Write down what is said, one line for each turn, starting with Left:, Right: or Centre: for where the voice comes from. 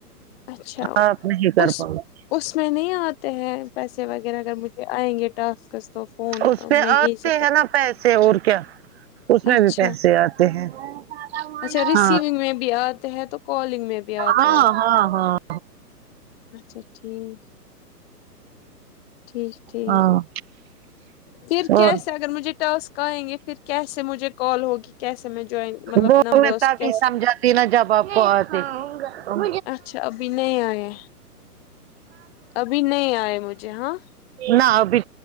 Left: اچھا
Right: ہاں آپ نہیں کر
Left: اس
Right: پاؤ گے
Left: اس میں نہیں آتے ہیں پیسے وغیرہ اگر مجھے آئیں گے ٹاسکس تو فون
Right: اس پہ
Left: میں یہی
Right: آتے
Left: سے
Right: ہیں نا پیسے اور کیا اس میں
Left: اچھا
Right: بھی پیسے آتے ہیں ہاں
Left: اچھا ریسیونگ میں بھی آتے ہے تو کالنگ میں بھی آتے
Right: ہاں
Left: ہے
Right: ہاں ہاں
Left: اچھا ٹھیک ٹھیک ٹھیک
Right: ہاں ہاں
Left: پھر کیسے
Right: اور
Left: اگر مجھے ٹاسک آئیں گے پھر کیسے مجھے کال ہوگی کیسے میں جوائن مطلب
Right: وہ
Left: نمبرس
Right: میں تبھی
Left: کیسے
Right: سمجھاتی نا جاب بتی م
Left: اچھا ابھی نہیں آئے ابھی نہیں آئے مجھے ہاں
Right: نہ ابھی